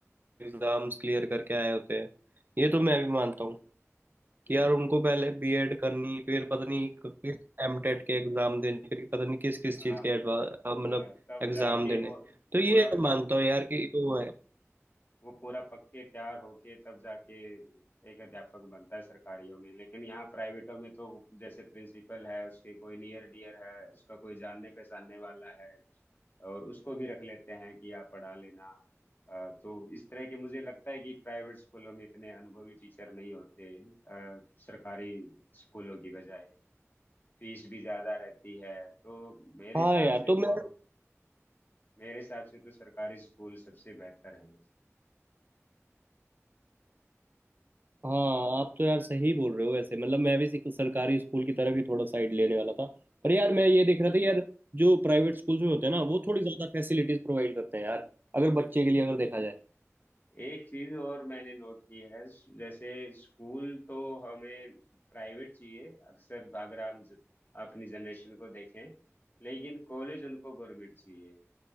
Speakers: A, on the right; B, on the left.
A: एग्जाम्स क्लियर करके आए होते हैं ये तो मैं भी मानता हूँ कि
B: हम्म
A: यार उनको पहले बीएड करनी फिर पता नहीं क- किस एमटेट के एग्जाम देने फिर पता नहीं किस
B: हाँ
A: किस चीज़ के एडवा
B: हाँ
A: अ, मतलब
B: हाँ, तब
A: एग्जाम
B: जाके
A: देने
B: वो
A: तो ये
B: पूरा
A: मानता हूँ यार कि वो है
B: वो पूरा पक्के तैयार होके तब जाके एक अध्यापक बनता है सरकारियों में लेकिन यहाँ प्राइवेटों में तो जैसे प्रिंसिपल है उसके कोई नियर डियर है उसका कोई जानने पहचानने वाला है और उसको भी रख लेते हैं कि आप पढ़ा लेना अ, तो इस तरह के मुझे लगता है कि प्राइवेट स्कूलों में इतने अनुभवी टीचर नहीं होते अ, सरकारी स्कूलों की बजाय फीस भी ज्यादा रहती है तो मेरे
A: हाँ
B: हिसाब
A: यार
B: से
A: तो
B: तो
A: मैं
B: मेरे हिसाब से तो सरकारी स्कूल सबसे बेहतर हैं
A: हाँ आप तो यार सही बोल रहे हो वैसे मतलब मैं भी सिक- सरकारी स्कूल की तरफ ही थोड़ा साइड लेने वाला था पर यार मैं ये देख रहा था यार जो प्राइवेट स्कूल्स में होते हैं ना वो थोड़ी ज़्यादा फैसिलिटीज प्रोवाइड करते हैं यार अगर बच्चे के लिए अगर देखा जाए
B: एक चीज और मैंने नोट की है स- जैसे स्कूल तो हमें प्राइवेट चाहिए अक्सर अगर हम ज- अपनी जनरेशन को देखें लेकिन कॉलेज उनको गवर्नमेंट चाहिए